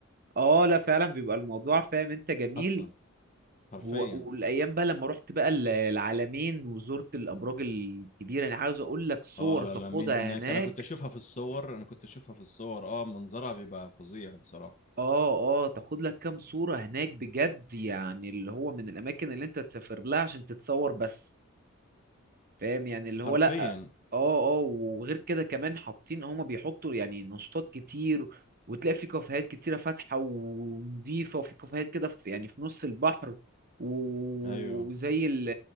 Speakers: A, on the right; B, on the left.
A: اه لا فعلا بيبقى الموضوع فاهم انت جميل
B: حصل حرفيا
A: و- والايام بقى لما رحت بقى ال- العلمين وزرت الابراج الكبيره يعني عاوز اقول لك صور
B: اه لا
A: تاخدها
B: لا مين هناك
A: هناك
B: انا كنت اشوفها في الصور انا كنت اشوفها في الصور اه منظرها بيبقى فظيع بصراحة
A: اه اه تاخد لك كام صورة هناك بجد يعني اللي هو من الأماكن اللي أنت تسافر لها عشان تتصور بس فاهم يعني اللي
B: حرفيا
A: هو لأ اه اه وغير كده كمان حاطين هما بيحطوا يعني نشاطات كتير وتلاقي في كافيهات كتيرة فاتحة ونضيفة وفي كافيهات كده في يعني في نص البحر و-
B: ايوه
A: وزي ال-